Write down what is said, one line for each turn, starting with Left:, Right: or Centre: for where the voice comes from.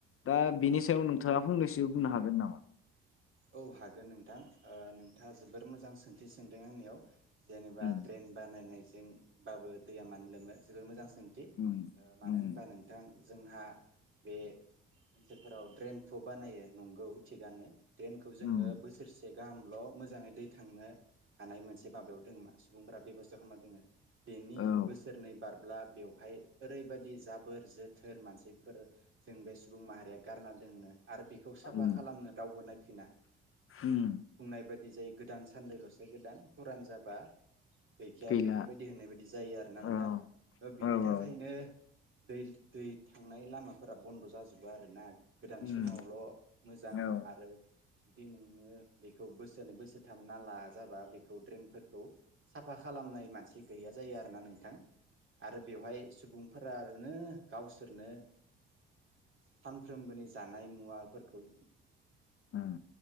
Left: दा बेनि सायाव नोंथाङा फंनैसो बुंनो हागोन नामा
Right: औ हागोन नोंथां। ओ नोंथाङा जोबोर मोजां सोंथि सोंदों आंनियाव जेनेबा
Left: उम
Right: ड्रेन बानायनायजो जों बाबो दैया मानो लोमो जोबोद मोजां सोंथि
Left: उम
Right: ओ मानो
Left: उम
Right: होनबा नोंथां जोंहा बे ओनसोलफोराव ड्रेन थप बानायो नंगौ थिगानो द्रेनखौ जोङो
Left: उम
Right: बोसोरसे गाहामल' मोजाङै दै थांनो हानाय मोनसे माबायाव दङ' मा सुबुंफोरा बेबस्था खालामना दोङो। बेनि
Left: औ
Right: बोसोरनै बार ब्ला बेवहाय ओरैबायदि जाबोर जोथोर मानसिफोर जों बे सुबुं माहारिया गारना दोननो आरो बेखौ साफा
Left: उम
Right: खालामनो रावबो फिना
Left: उम
Right: बुंनाय बायदि बिदि जायो गोदान सान्दैल'सो गोदान फुरान जाबा गैखाया
Left: गैला
Right: बेफोरबायदि होननाय बायदि जायो आरोना नोंथां
Left: औ
Right: बिनि
Left: औ
Right: थाखायनो
Left: औ
Right: दै दै थांनाय लामाफोरा बन्द' जाजोबो आरोना गोदान
Left: उम
Right: समावल' मोजां
Left: औ
Right: आरो जुदि नोङो बेखौ बोसोरनै बोसोरथाम नाला जाबा बेखौ ड्रेननफोर खौ साफा खालामनाय मानसि गैया जायो आरोना नोंथां आरो बेवहाय सुबुंफोरानो गावसोरनो फानफ्रोमबोनि जानाय मुवाफोरखौ
Left: उम